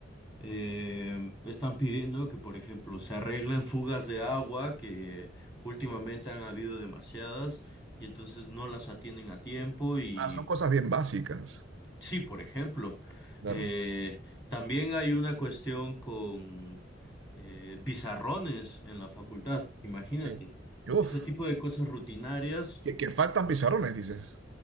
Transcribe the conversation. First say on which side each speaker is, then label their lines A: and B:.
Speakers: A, on the left; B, on the right.
A: eh, están pidiendo que, por ejemplo, se arreglen fugas de agua, que últimamente han habido demasiadas, y entonces no las atienden a tiempo. Y
B: Ah, son cosas bien básicas.
A: sí, por ejemplo,
B: Claro.
A: eh, también hay una cuestión con eh, pizarrones en la facultad, imagínate.
B: Sí. Y Uf,
A: Ese tipo de cosas rutinarias
B: que, que faltan pizarrones, dices.